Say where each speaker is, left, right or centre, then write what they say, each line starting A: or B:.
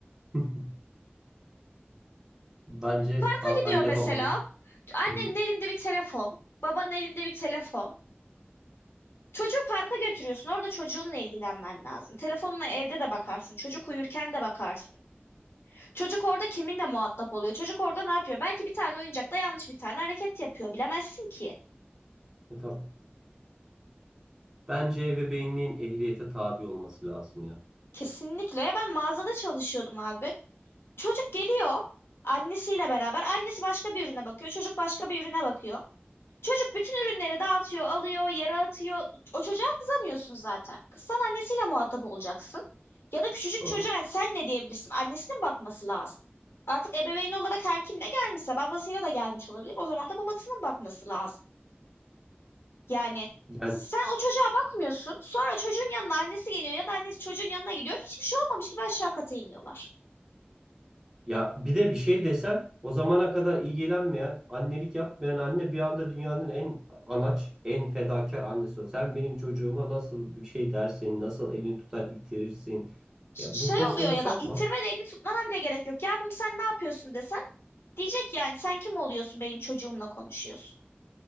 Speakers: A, on the right (about 15°); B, on the left (about 85°).
A: hı. <laughs> Bence
B: Parka
A: a-
B: gidiyor
A: anne
B: mesela.
A: babanın
B: Annenin
A: hı,
B: elinde bir telefon. Babanın elinde bir telefon. Çocuğu parka götürüyorsun. Orada çocuğunla ilgilenmen lazım. Telefonla evde de bakarsın. Çocuk uyurken de bakarsın. Çocuk orada kiminle muhatap oluyor? Çocuk orada ne yapıyor? Belki bir tane oyuncakta yanlış bir tane hareket yapıyor. Bilemezsin ki.
A: e, tamam. Bence ebeveynliğin ehliyete tabi olması lazım ya.
B: Kesinlikle. Ben mağazada çalışıyordum abi. Çocuk geliyor annesiyle beraber. Annesi başka bir ürüne bakıyor. Çocuk başka bir ürüne bakıyor. Çocuk bütün ürünleri dağıtıyor, alıyor, yere atıyor. O çocuğa kızamıyorsun zaten. Kızsan annesiyle muhatap olacaksın. Ya da küçücük
A: Doğru.
B: çocuğa sen ne diyebilirsin? Annesinin bakması lazım. Artık ebeveyn olarak her kimle gelmişse babasıyla da gelmiş olabilir. O zaman da babasının bakması lazım. Yani
A: Yani
B: sen o çocuğa bakmıyorsun. Sonra çocuğun yanına annesi geliyor ya da annesi çocuğun yanına gidiyor. Hiçbir şey olmamış gibi aşağı kata iniyorlar.
A: ya bir de bir şey desen o zamana kadar ilgilenmeyen, annelik yapmayan anne bir anda dünyanın en anaç, en fedakar annesi o. Sen benim çocuğuma nasıl bir şey dersin, nasıl elini tutar itirirsin.
B: Şey
A: Ya bu pozisyona
B: oluyor ya
A: sokma.
B: da ittirme de elini tutmana bile gerek yok. Yavrum sen ne yapıyorsun desen. Diyecek yani sen kim oluyorsun benim çocuğumla konuşuyorsun.